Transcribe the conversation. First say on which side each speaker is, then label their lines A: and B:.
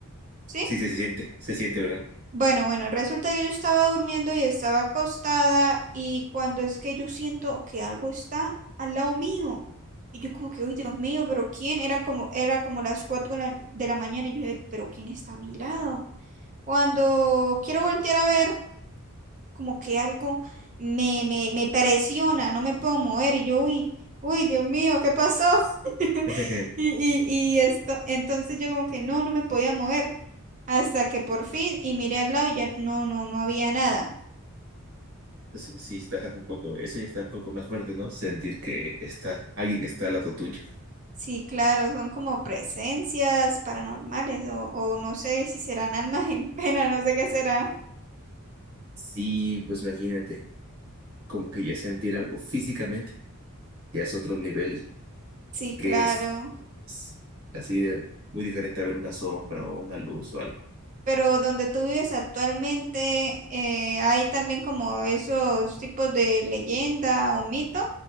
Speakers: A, on the right; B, on the right.
A: ¿sí?
B: Sí, sí, se siente, se siente, ¿verdad?
A: Bueno, bueno, resulta que yo estaba durmiendo y estaba acostada y cuando es que yo siento que algo está al lado mío. Y yo como que, uy, Dios mío, pero ¿quién? Eran como, era como las cuatro de la, de la mañana y yo dije, pero ¿quién está a mi lado? Cuando quiero voltear a ver, como que algo me, me, me presiona, no me puedo mover y yo, uy, uy, Dios mío, ¿qué pasó? <laughs>
B: <laughs>
A: Y, y, y esto, entonces yo como que no, no me podía mover hasta que por fin y miré al lado y ya no, no, no había nada.
B: Eso sí está un poco, eso ya está un poco más fuerte, ¿no? Sentir que está alguien que está al lado tuyo.
A: Sí, claro, son como presencias paranormales o, o no sé si serán almas <laughs> en pena, no sé qué será.
B: Sí, pues imagínate, como que ya sentir algo físicamente, ya es otro nivel
A: Sí,
B: que
A: claro.
B: es, es así de muy diferente a ver una sombra o una luz o algo.
A: Pero donde tú vives actualmente, eh, ¿hay también como esos tipos de leyenda o mito?